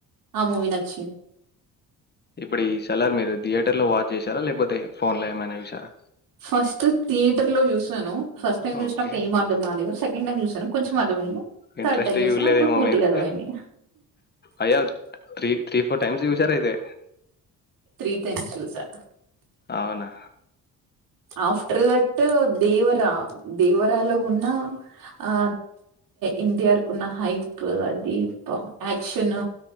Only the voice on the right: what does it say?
ఆ మూవీ నచ్చింది
ఫస్ట్ థియేటర్ లో చూసాను ఫస్ట్ టైం చూసినప్పుడు
ఏం అర్థం కాలేదు, సెకండ్ టైం చూసనం కొంచెం అర్థమయ్యంది.
థర్డ్ టైం చూసిన
అప్పుడు పూర్తిగా
అర్థమైంది.
త్రీ టైమ్స్ చూసా
ఆఫ్టర్ దట్ దేవరా దేవరాలో ఉన్న ఆ ఎన్టీఆర్ కు ఉన్న హైప్ అదిప్ యాక్షన్